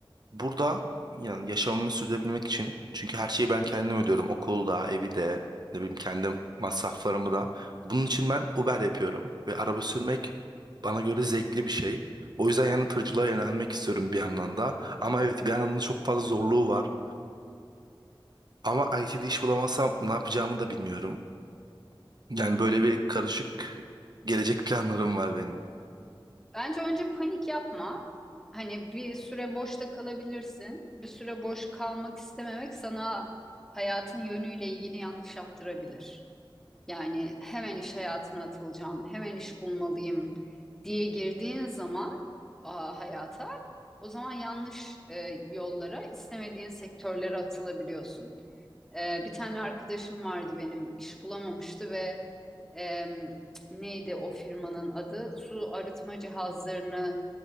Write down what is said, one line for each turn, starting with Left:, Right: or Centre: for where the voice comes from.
Right: Burada yani yaşamımı sürdürebilmek için çünkü her şeyi ben kendim ödüyorum. Okulu da, evi de, ne bileyim kendi masraflarımı da. Bunun için ben Uber yapıyorum ve araba sürmek bana göre zevkli bir şey. O yüzden yani tırcılığa yönelmek istiyorum bir yandan da. Ama evet bir yandan da çok fazla zorluğu var. Ama IT'de iş bulamazsam ne yapacağımı da bilmiyorum. Yani böyle bir karışık gelecek planlarım var benim.
Centre: bence önce panik yapma. Hani bir süre boşta kalabilirsin. Bir süre boş kalmak istememek sana hayatın yönüyle ilgili yanlış yaptırabilir. Yani hemen iş hayatına atılacağım, hemen iş bulmalıyım diye girdiğin zaman aa, hayata, o zaman yanlış e, yollara, istemediğin sektörlere atılabiliyorsun. Ee, bir tane arkadaşım vardı benim iş bulamamıştı ve em, neydi o firmanın adı? Su arıtma cihazlarını